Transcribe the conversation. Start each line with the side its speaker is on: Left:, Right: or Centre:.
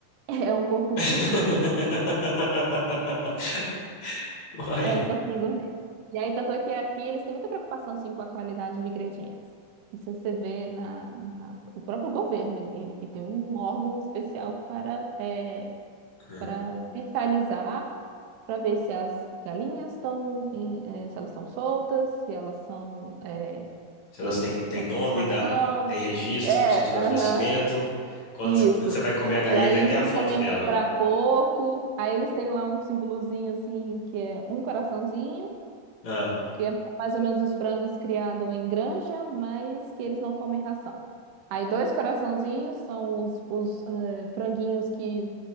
Right: é um porco
Left: <laughs>
Right: gourmet.
Left: <laughs> Uai.
Right: É um porquinho gourmet. E aí, tanto é que aqui eles têm muita preocupação, sim, com a qualidade de ingredientes. Isso você vê na, na- o próprio governo, ele, ele- ele tem um órgão especial para, é,
Left: Hum.
Right: para fiscalizar, para ver se as galinhas estão, em- eh, se elas estão soltas, se elas são, é,
Left: Se elas
Right: é,
Left: têm, têm
Right: estão
Left: nome,
Right: com ração,
Left: data, tem registro,
Right: É,
Left: certidão
Right: aham,
Left: de nascimento. Quando
Right: isso.
Left: você vai comer a galinha,
Right: E aí,
Left: vai até
Right: isso
Left: a foto
Right: também
Left: dela.
Right: é para porco. Aí, eles têm lá um símbolozinho assim, que é um coraçãozinho,
Left: Ah,
Right: que é mais ou menos os frangos criados em granja, mas que eles não comem ração. Aí, dois coraçãozinhos são os, os, eh, franguinhos que